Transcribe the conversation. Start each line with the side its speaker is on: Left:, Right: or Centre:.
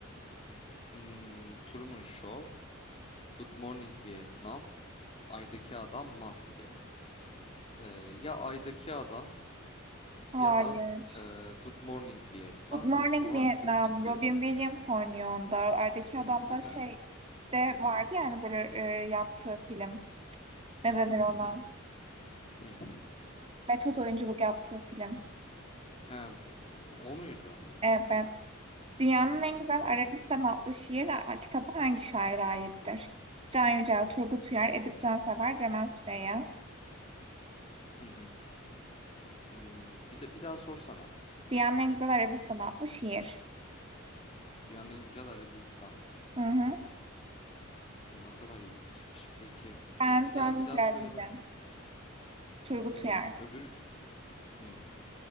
Left: Hmm, Truman Show. Good Morning Vietnam, Ay'daki Adam Maske. Ee, ya Ay'daki Adam
Right: Hayır.
Left: ya da e, Good Morning Vietnam.
Right: Good Morning
Left: O zaman
Right: Vietnam,
Left: Good Morning Vietnam.
Right: Robin Williams oynuyor onda. Ay'daki
Left: Hmm,
Right: Adam
Left: değil
Right: da
Left: mi?
Right: şey de
Left: Hı hı.
Right: vardı yani böyle e, yaptığı film.
Left: Hı
Right: Ne
Left: hı
Right: denir ona?
Left: hı hı. Hı.
Right: metot oyunculuk yaptığı film.
Left: He, bu- o muydu?
Right: Evet. Dünyanın
Left: Hmm,
Right: en güzel
Left: doğrudur.
Right: Arabistan adlı şiir a- kitabı hangi şaire aittir? Can Yücel, Turgut Uyar, Edip Cansever, Cemal Süreya.
Left: Hı hı. Hmm, bir de bir daha sorsana.
Right: Dünyanın en güzel Arabistan adlı şiir.
Left: Dünyanın en güzel Arabistan.
Right: Hı hı.
Left: Hmm, Ne kadar ilginçmiş. Peki,
Right: Ben
Left: e, bir
Right: Can
Left: daha bir
Right: Yücel
Left: daha söyle
Right: diyeceğim.
Left: bak.
Right: Turgut
Left: Hmm,
Right: Uyar.
Left: öbür hmm.